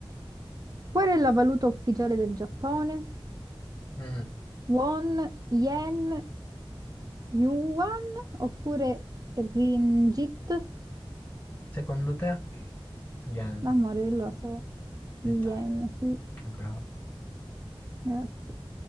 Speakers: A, on the right; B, on the left.
A: qual è la valuta ufficiale del Giappone?
B: Mm,
A: Won, yen, yuan oppure ringgit?
B: Secondo te? Yen.
A: Amore, lo so, yen,
B: E dai,
A: sì,
B: che bravo.
A: grazie.